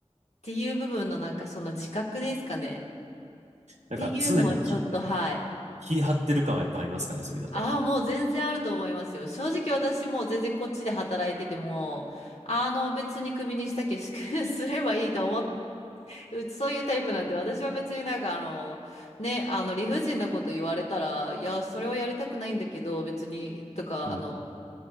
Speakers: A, on the left (about 70°); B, on the right (about 85°).
A: っていう部分のなんかその自覚ですかね。
B: なんか常にき、
A: っていうのはちょっと、はい。
B: 気張ってる感はやっぱありますかね、それだと。
A: ああ、もう全然あると思いますよ。正直私もう全然こっちで働いてても、あの、別にクビにしたけし <laughs> すればいいと思っうちそういうタイプなんで、私は別になんかあの、ね、あの理不尽なこと言われたら、いや、それはやりたくないんだけど、別に、とか、
B: うんうん。
A: あの、